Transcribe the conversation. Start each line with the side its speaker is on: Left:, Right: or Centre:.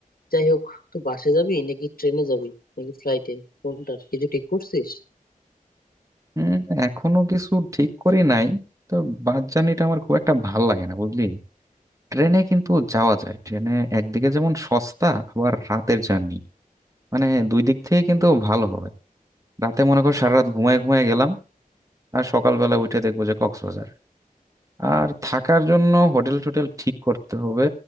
Left: যাই হোক তো বাসে যাবি নাকি ট্রেনে যাবি নাকি ফ্লাইটে কোনটা কিছু ঠিক করছিস
Right: হুম এখনো কিছু ঠিক করি নাই তো বাস জার্নিটা আমার খুব একটা ভাল লাগে না বুঝলি ট্রেনে কিন্তু যাওয়া যায় ট্রেনে একদিকে যেমন সস্তা আবার রাতের জার্নি মানে দুই দিক থেকে কিন্তু ভালো হবে রাতে মনে কর সারা রাত ঘুমায় ঘুমায় গেলাম আর সকালবেলা উঠে দেখবো যে কক্সবাজার আর থাকার জন্য হোটেল টোটেল ঠিক করতে হবে